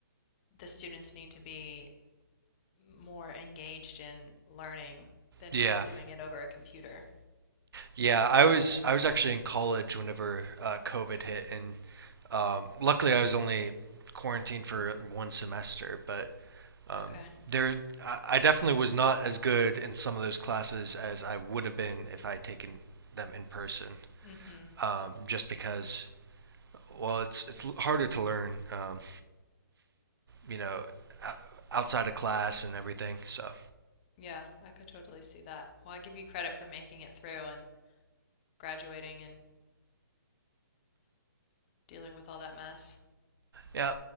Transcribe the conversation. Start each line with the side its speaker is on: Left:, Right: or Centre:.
Left: the students need to be more engaged in learning than
Right: yeah,
Left: just doing it over a computer.
Right: yeah. I was I was actually in college whenever uh, COVID hit, and um, luckily I was only quarantined for one semester. But um,
Left: Okay.
Right: there, I, definitely was not as good in some of those classes as I would have been if I had taken them in person.
Left: Mm-hmm.
Right: Um, just because, well, it's it's harder to learn, um, you know, outside of class and everything. So
Left: Yeah, I could totally see that. Well, I give you credit for making it through and graduating and dealing with all that mess.
Right: yeah,